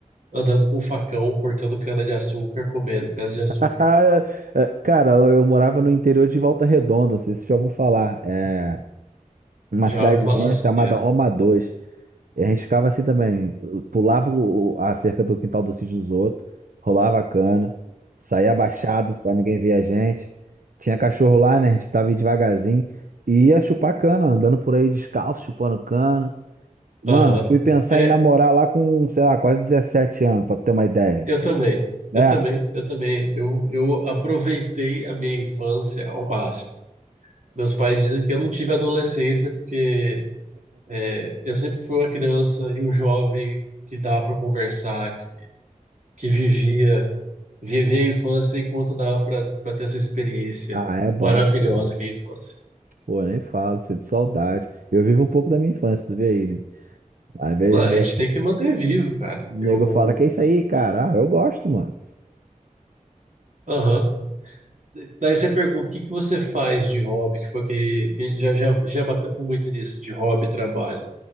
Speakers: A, on the right (about 65°); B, on the right (about 80°).
A: andando com um facão, cortando cana-de-açúcar, comendo cana-de-açúcar.
B: <laughs> É, Cara, eu eu morava no interior de Volta Redonda, não sei se você já ouviu falar. É. Uma
A: Já
B: cidadezinha
A: ouvi falar assim,
B: chamada
A: já.
B: Roma dois E a gente ficava assim também, pulava o- a cerca do quintal do sítio dos outros, rolava a cana, saía abaixado pra ninguém ver a gente. Tinha cachorro lá, né? A gente tava indo devagarzinho e ia chupar cana, andando por aí descalço, chupando cana. Mano,
A: Aham.
B: fui pensar
A: É,
B: em namorar lá com, sei lá, quase 17 anos, pra tu ter uma ideia,
A: eu também.
B: né?
A: Eu também, eu também. Eu, eu aproveitei a minha infância ao máximo. Meus pais dizem que eu não tive adolescência porque É, Eu sempre fui uma criança e um jovem que dava para conversar, que, que vivia, vivia a infância enquanto dava para ter essa experiência
B: Ah, é bom,
A: maravilhosa
B: pô.
A: que é a infância.
B: Pô, nem falo, sinto saudade. Eu vivo um pouco da minha infância, tu vê aí, né? Às vezes,
A: Não, a
B: né?
A: gente tem que manter vivo, cara.
B: O
A: Eu,
B: nego fala que é isso aí, cara. Ah, eu gosto, mano.
A: aham. Daí você pergunta, o que que você faz de hobby? Que foi que, que já, já, já batemos muito nisso, de hobby e trabalho.